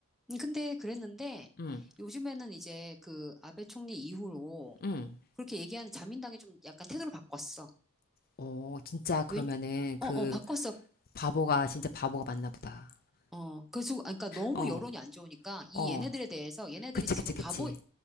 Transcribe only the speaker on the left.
응,
응.
어, 진짜 그러면은
그
바보가 진짜 바보가 맞나 보다.
어,
어.
그치,
그치, 그치.